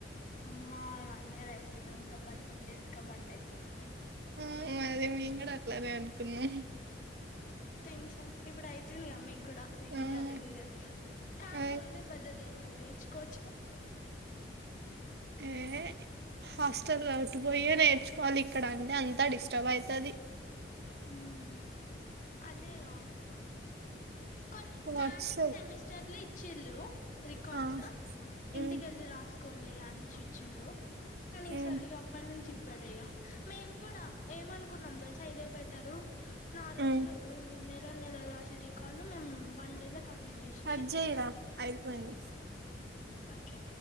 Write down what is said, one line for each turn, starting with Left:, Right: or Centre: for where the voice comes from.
Left: అమ్మా వన్ ఇయర్ అయిపోనంక బత్కు జెడ్క బండి అయితు నా
Right: ఆ మరి మేము కూడా అట్లానే అనుకున్నాం
Left: టెన్షన్ ఇప్పుడు అయితుందిగా మీకు కూడా ఏం
Right: ఆ
Left: చెయాలి ఏం చేయాలి ఖాలీ
Right: ఆ
Left: ఉండే పెద్దదే మరి నేర్చుకోవచ్చుగా
Right: ఏ హాస్టల్ లోటి పోయే నేర్చుకోవాలి ఇక్కడ అంటే అంతా డిస్టర్బ్ అయితది
Left: ఊ అదేగా కొన్ని స్టార్టింగ్
Right: వాట్స్
Left: సెమిస్టర్లో ఇచ్చిళ్ళు రికార్డ్స్
Right: ఆ
Left: ఇంటికెళ్ళి
Right: ఉమ్
Left: రాసుకోండి అనేషి ఇచ్చిండ్రు కానీసారి
Right: ఉమ్
Left: ఇగ అప్పటి నుంచి ఇవ్వలేగ మేము గూడా ఏమ అనుకున్నాం తెలుసా ఇదే బట్ నా రోజ్లు
Right: ఉమ్
Left: నెలల్ నెలల్ రాసే రికార్డ్ మేము వన్ డేలో కంప్లీట్ చేసేసి
Right: కట్
Left: ఇచ్చేత్తాం
Right: చేయరా అయిపోయింది
Left: ఓకే